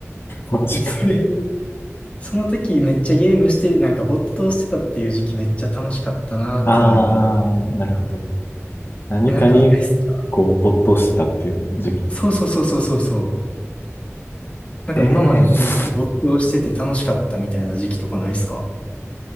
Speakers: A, on the left; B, on the left.
A: マジか。
B: それその時めっちゃゲームして、なんか没頭してたっていう時期めっちゃ楽しかったなっていうのは今思う、
A: あー、なるほど。何かに、
B: え、なんかないっすか
A: こう、没頭してたっていう時期。
B: そうそうそうそうそうそう。なんか今までの人生で没頭してて楽しかったみたいな時期とかないっすか
A: ええ